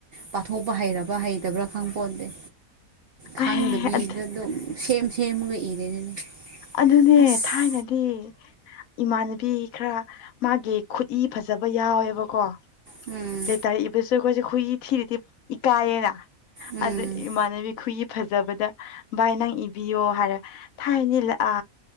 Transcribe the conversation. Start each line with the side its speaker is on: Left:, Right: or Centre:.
Right: ꯄꯥꯊꯣꯛꯄ ꯍꯩꯔꯕ꯭ꯔꯥ ꯍꯩꯇꯕ꯭ꯔꯥ ꯈꯪ ꯄꯣꯟꯇ‌ꯦ ꯈꯥꯡꯗꯕꯤꯗ
Left: ꯑꯦ
Right: ꯑꯗꯨꯝ ꯁꯦꯝ ꯁꯦꯝꯃꯒ ꯏꯔꯤꯅꯤꯅꯦ
Left: ꯑꯗꯨꯅꯦ
Right: ꯑꯁ
Left: ꯊꯥꯏꯅꯗꯤ ꯏꯃꯥꯟꯅꯕꯤ ꯈꯔ ꯃꯥꯒꯤ ꯈꯨꯠꯏ ꯐꯖꯕ ꯌꯥꯎꯌ‌ꯦꯕꯀꯣ
Right: ꯎꯝ
Left: ꯂ‌ꯦꯇ꯭ꯔ ꯏꯕꯁꯨ ꯑꯩꯈꯣꯏꯁꯦ ꯈꯨꯠꯏ ꯊꯤꯔꯗꯤ ꯏꯀꯥꯏꯌꯦꯅ
Right: ꯎꯝ
Left: ꯑꯗ ꯏꯃꯥꯟꯅꯕꯤ ꯈꯨꯒꯤ ꯐꯖꯕꯗ ꯕꯥꯥꯏꯅꯪ ꯏꯕꯤꯌꯣ ꯍꯥꯏ ꯊꯥꯏꯅꯤ ꯑ